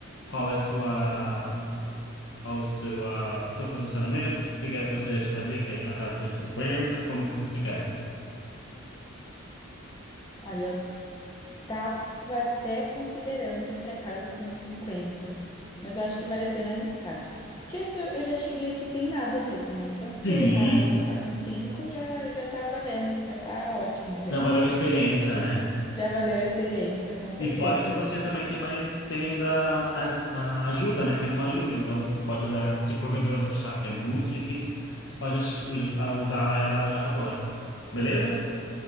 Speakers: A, on the left (about 65°); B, on the left (about 20°).
A: qual é a sua, qual o seu, a- seu posicionamento, o que que você quer- gostaria de fazer, quer ir para casa com os 50, como que você quer?
B: Olha, eu tava até considerando ir pra casa com os 50, mas eu acho que vale a pena arriscar. Porque se eu, eu já cheguei aqui sem nada mesmo, né? Então se
A: Sim,
B: eu errar e voltar com 5, já, já tá valendo, já tá ótimo
A: já valeu a experiência, né?
B: Já valeu a experiência, com certeza.
A: E fora que você também tem mais, tem ainda a, a ajuda, né? Tem uma ajuda, então você pode usar, se porventura você achar que é muito difícil, você pode ach- us- a- usar ela já agora. Beleza?